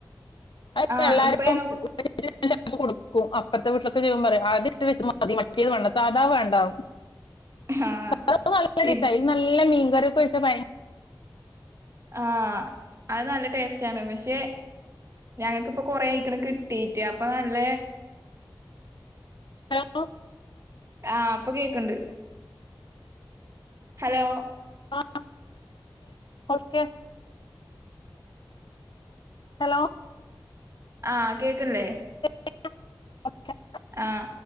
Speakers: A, on the left; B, on the right.
A: അ
B: ആഹ്
A: എല്ലാരക്കും
B: ഇപ്പൊ ഞങ്ങൾക്ക്
A: <inaudible> ൻ്റെഅമ്മ കൊടുക്കും അപ്പുറത്തെ വീട്ടിലക്കെ ചെല്ലുമ്പം പറയും അതട്ട് മതിമറ്റേത് വേണ്ട സാധാ വേണ്ടാവും.
B: ആഹ്
A: <unintelligible> നല്ല ഡിസൈൻ
B: ഇപ്
A: നല്ല മീൻ. <unintelligible> പയ
B: ആഹ അത് നല്ല ടേസ്റ്റ് ആണ് പക്ഷെ ഞങ്ങക്കിപ്പൊ കൊറെ ആയിരിക്കണ് കിട്ടീറ്റ് അപ്പൊ നല്ല
A: ഹലോ
B: ആഹ അപ്പൊ കേക്കണ്ട് ഹലോ
A: ആ ഓക്കെ ഹലോ
B: ആഹ കേക്കണില്ലെ?
A: <unintelligible> ഓക്കേ.
B: ആഹ